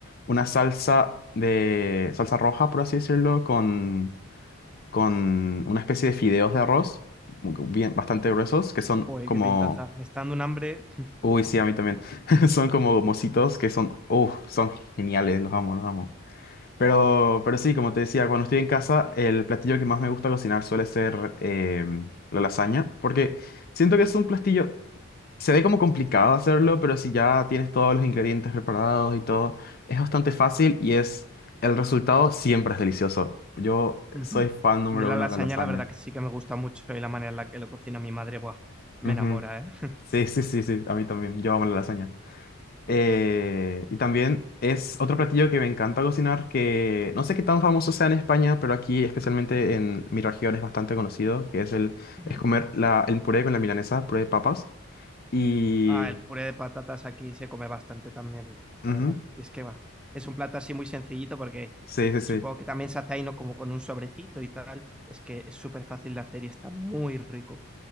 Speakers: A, on the left; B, in the centre.
A: una salsa de salsa roja, por así decirlo, con con una especie de fideos de arroz, mu- bien, bastante gruesos, que son
B: Joder,
A: como...
B: qué pintaza. Me está dando un hambre.
A: Uy, sí, a mí también. <laughs> Son como mocitos que son... Uf, son geniales, los amo, los amo. Pero,
B: Ujú,
A: pero sí, como te decía, cuando estoy en casa, el platillo que más me gusta cocinar suele ser em, la lasaña, porque siento que es un platillo... Se ve como complicado hacerlo, pero si ya tienes todos los ingredientes preparados y todo, es bastante fácil y es... El resultado siempre es delicioso. Yo
B: ujú.
A: soy fan número
B: A mí la
A: uno
B: lasaña,
A: de la lasaña.
B: la verdad que sí que me gusta mucho y la manera en la que lo cocina mi madre, buah, me
A: Ujú.
B: enamora, ¿eh?
A: Sí, sí, sí, sí, a mí también. Yo amo la lasaña. Eh, y también es otro platillo que me encanta cocinar, que no sé qué tan famoso sea en España, pero aquí, especialmente en mi región, es bastante conocido, que es el
B: Ujú.
A: es comer la, el puré con la milanesa, puré de papas. Y...
B: Ah, el puré de patatas aquí se come bastante también.
A: ujú,
B: Y es que va. Es un plato así muy sencillito porque
A: Sí, sí, sí.
B: supongo que también se hace ahí, ¿no? Como con un sobrecito y tal. Es que es súper fácil de hacer y está muy rico,